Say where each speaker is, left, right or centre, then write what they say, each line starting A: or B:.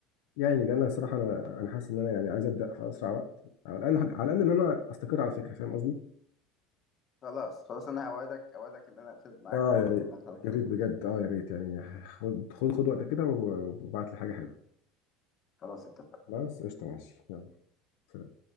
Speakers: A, on the left; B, on the left.
A: يعني لان انا الصراحه انا انا حاسس ان انا يعني عايز ابدا في اسرع وقت على الاقل على الاقل ان انا استقر على فكره فاهم قصدي؟
B: خلاص خلاص انا هوعدك اوعدك ان انا اقفل معاك
A: اه
B: وابعتها
A: يا ريت
B: لك
A: يا
B: على
A: ريت
B: طول
A: بجد اه يا ريت يعني خد خد خد وقتك كده و- وابعت لي حاجه حلوه
B: خلاص اتفقنا
A: خلاص قشطه ماشي يلا سلام